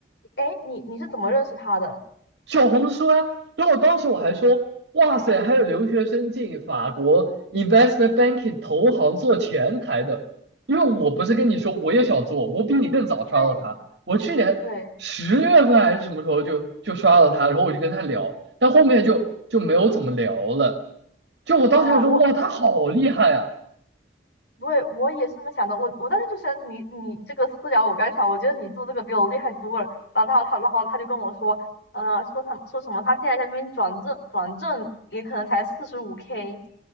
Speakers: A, on the left; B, on the right.
A: 哎，你你是怎么认识他的？
B: 小红书啊。然后当时我还说，哇塞，还有留学生进法国 investment banking 投行做前台的，因为我不是跟你说我也想做，我比你更早刷到他，
A: 对，
B: 我去年十月份还是什么时候就就刷到他，
A: 对
B: 然后我就跟他聊，但后面就就没有怎么聊了。就我当时还说，
A: 啊，我
B: 哇，他好厉害啊！
A: 对我也是这么想的，我我当时就想你你这个私聊，我刚想，我觉得你做这个比我厉害多了。然后他他然后他就跟我说，呃，说他说什么他现在在那边转正转正也可能才四十五 K。